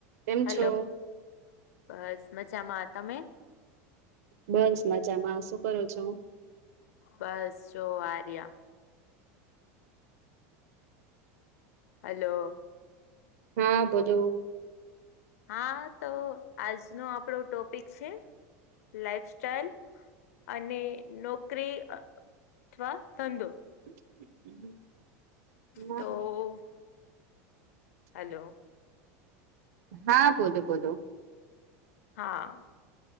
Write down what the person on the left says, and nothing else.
હલો.
બસ મજામાં. તમે?
બસ જો આ રહ્યા. હલો.
હા તો આજનો આપણો ટોપિક છે લાઈફ સ્ટાઈલ, અને નોકરી, અથવા ધંધો
તો હલો.
હા,